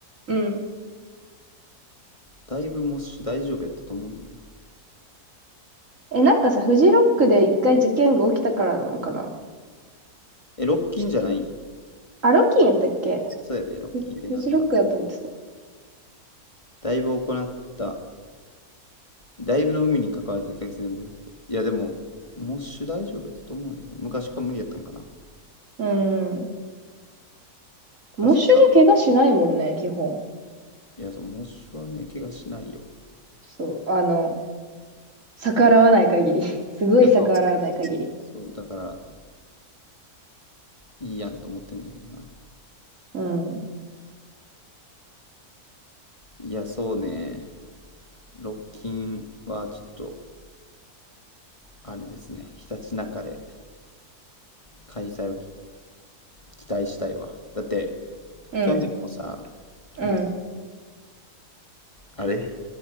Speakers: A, on the right; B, on the left.
A: うん。
B: だいぶモッシュ大丈夫やったと思うねんな。
A: え、なんかさ、フジロックで一回事件が起きたからなのかな
B: え、ロッキンじゃないん
A: あ、ロッキンやったっけ
B: そうやで、ロッキンでなんか、
A: フ、フジロックだと思ってた。
B: だいぶ行った、だいぶの海に関わらず客全部。いやでも、モッシュ大丈夫やったと思うねんけ昔から無理やったんかな。
A: うん。モッシュじゃ怪我しないもんね、
B: 昔から。
A: 基本。
B: いや、そう、モッシュはね、怪我しないよ。
A: そう、あの、逆らわない限り。<laughs> すごい逆らわない限り。
B: いや、そう。そう、だから、いいやんと思ってんだけどな。
A: うん。
B: いや、そうね。ロッキンはちょっと、あれですね、ひたちなかで開催を期待したいわ。だって、
A: うん。
B: 去年もさ、去年、
A: うん。
B: あれ